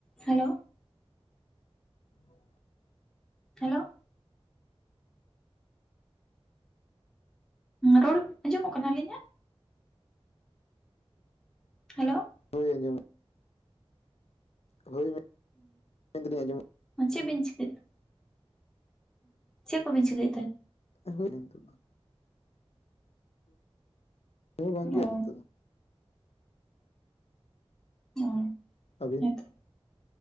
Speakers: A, in the centre; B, on the left.
A: Hello,
B: <inaudible>
A: hello, ᱨᱚᱲ ᱟᱸᱡᱚᱢᱚᱜ ᱠᱟᱱᱟ ᱟᱞᱤᱧᱟᱜ? ᱦᱮᱞᱳ,
B: ᱦᱳᱭ, ᱟᱸᱡᱚᱢᱚᱜ <unintelligible> ᱟᱸᱡᱚᱢ
A: ᱪᱮᱜ ᱵᱤᱱ ᱪᱤᱠᱟᱹᱭ ᱫᱟ? ᱪᱮᱫ ᱠᱚᱵᱤᱱ ᱪᱤᱠᱟᱹᱭᱮᱫ ᱛᱮ?
B: <unintelligible> ᱱᱤᱛᱚᱜ ᱫᱚ ᱾ ᱦᱮ ᱵᱟᱝ ᱜᱮᱭᱟ
A: ᱚ
B: ᱱᱚᱛᱳᱜ ᱫᱚ᱾
A: ᱚ
B: ᱟᱹᱵᱤᱱ
A: ᱦᱮᱸᱛᱚ